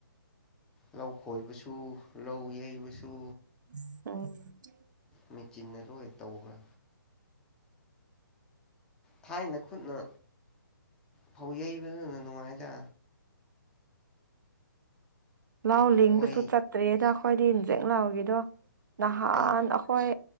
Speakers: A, in the centre; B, on the right.
A: ꯂꯧ ꯈꯣꯏꯕꯁꯨ ꯂꯧ ꯌꯩꯕꯁꯨ
B: ꯑꯝ
A: ꯃꯤ ꯆꯅꯦ ꯂꯦ ꯇꯧꯒ ꯊꯥꯏꯅ ꯈꯨꯠꯅ ꯐꯧ ꯌꯩꯕꯗꯨꯅ ꯅꯨꯡꯉꯥꯏꯗ
B: ꯂꯥꯎ ꯂꯤꯡꯕꯁꯨ
A: ꯍꯣꯏ
B: ꯆꯠꯇ꯭ꯔꯔꯤꯦꯗ ꯑꯩꯈꯣꯏꯗꯤ ꯏꯟꯖꯦꯛ ꯂꯥꯎꯒꯤꯗꯣ ꯅꯍꯥꯟ
A: ꯍꯩ
B: ꯑꯩꯈꯣꯏ